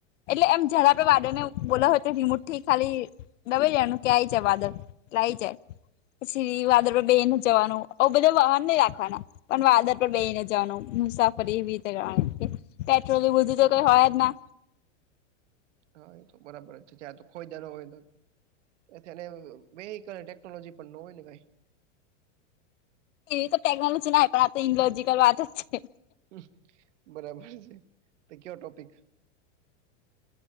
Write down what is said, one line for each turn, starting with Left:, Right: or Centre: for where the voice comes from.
Left: એટલે એમ જયારે આપડે વાદળને બોલાઉ હોય તો રિમોટથી ખાલી ડબાઈ દેવાનું કે આય જા વાદળ એટલે આઈ જાય. પછી વાદળ પર બેહીને જવાનું આવ બધાં વાહન નહીં રાખવા. પણ વાદળ પણ બેઈને જવાનું મુસાફરી એવી રીતે કરવાનું પેટ્રોલને બધું તો કંઈ હોય જ ના.
Right: હા એ તો બરાબર છે ત્યાં તો ખોયદાનો હોય તો એથી એન અ વેહિકલ ટેકનોલોજી પણ ન હોય ને કાઈ.
Left: એવી તો ટેકનોલોજી ના હોય પણ આ તો ઇંગ્લોજીકલ વાત જ છે.
Right: અમ બરાબર છે તો કયો ટોપિક.